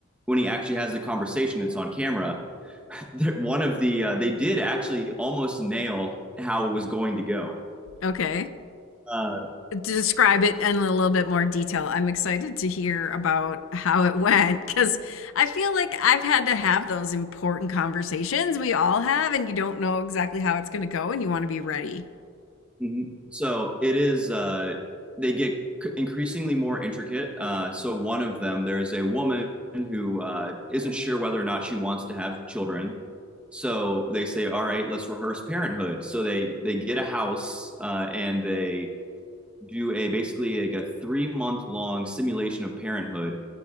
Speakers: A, in the centre; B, on the left.
A: when he actually has the conversation it's on camera <laughs> that one of the uh, they did actually almost nail how it was going to go
B: Okay.
A: uh
B: Describe it in a little bit more detail. I'm excited to hear about how it went because I feel like I've had to have those important conversations we all have, and you don't know exactly how it's going to go, and you want to be ready.
A: Mhm. So it is, uh, they get c- increasingly more intricate. Uh, so one of them, there is a woman who uh, isn't sure whether or not she wants to have children. So they say, all right, let's rehearse parenthood. So they they get a house uh, and they do a basically like a three month long simulation of parenthood,